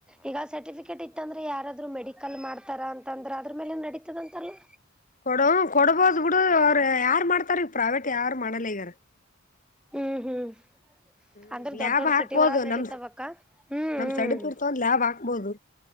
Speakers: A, in the centre; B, on the left (about 40°).
A: ಈಗ ಸರ್ಟಿಫಿಕೇಟ್ ಇತ್ತು ಇತಂದ್ರೆ ಯಾರಾದ್ರರು ಮೆಡಿಕಲ್ ಮಾಡ್ತಾರ ಅಂತಂದ್ರ ಅಂದ್ರು ಮೇಲೆ ನಡೀತದ ಅಂತಾರಲ್ಲ
B: ಕೊಡು ಕೊಡಬೋದು ಬಿಡು ಅವರು ಯಾರು ಮಾಡ್ತಾರ ಈಗ ಪ್ರವೇಟ್ ಯಾರು ಮಾಡಲ್ಲ ಈಗಾರ
A: ಹ್ಮ್ ಹ್ಮ್
B: ಹ್ಮ್
A: ಅಂದ್ರೆ ದೊಡ್
B: ಲ್ಯಾಬ್
A: ದೊಡ್
B: ಹಾಕ್ಬೋದು
A: ಸಿಟಿ ಒಳಾಗ ನಡತಾವಕ್ಕ
B: ನಮ್
A: ಹ್ಮ್
B: ನಮ್
A: ಹ್ಮ್
B: ಸೈಡ್ಪ್ ಇರ್ತವಂದ್ ಲ್ಯಾಬ್ ಹಾಕ್ಬೋದು